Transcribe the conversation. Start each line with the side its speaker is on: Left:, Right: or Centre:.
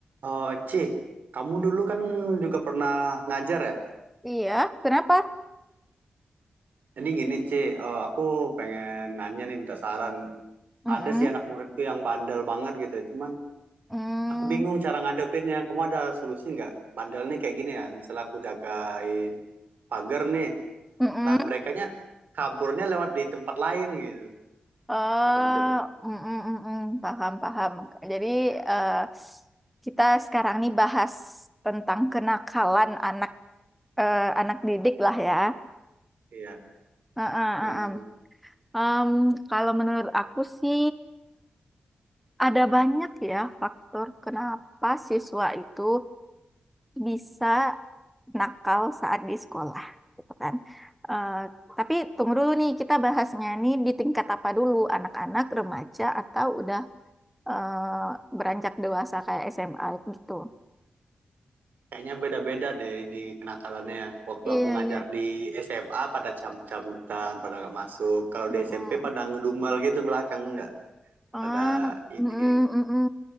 Right: Eh, C, kamu dulu kan juga pernah ngajar ya?
Centre: Iya, kenapa?
Right: Jadi gini C, eh, aku pengen nanya nih minta saran.
Centre: Mm-mm.
Right: Ada sih anak muridku yang bandel banget gitu. ya. Cuman
Centre: Mm.
Right: aku bingung cara ngadepinnya. Kamu ada solusi nggak? Bandel nih kayak gini ya. Misalnya aku jagain pagar nih.
Centre: Mm-mm.
Right: Nah, merekanya kaburnya lewat di tempat lain gitu.
Centre: Eh,
Right: Pada manjat
Centre: mm-mm, mm-mm. Paham, paham. Jadi eh, kita sekarang nih bahas tentang kenakalan anak eh, anak didik lah ya.
Right: Iya,
Centre: Heeh,
Right: nanya
Centre: heeh.
Right: solusi.
Centre: Em, kalau menurut aku sih ada banyak ya faktor kenapa siswa itu bisa nakal saat di sekolah gitu kan. Eh, tapi tunggu dulu nih kita bahasnya nih di tingkat apa dulu anak-anak remaja atau udah eh, beranjak dewasa kayak SMA gitu.
Right: Kayaknya beda-beda deh ini kenakalannya. ya. Waktu
Centre: Iya
Right: aku ngajar
Centre: iya.
Right: di SMA pada cabut-cabutan, pada nggak masuk. Kalau
Centre: Mm-mm.
Right: di SMP pada ngedumel gitu belakang nggak.
Centre: Ah,
Right: Pada ini.
Centre: mm-mm, mm-mm.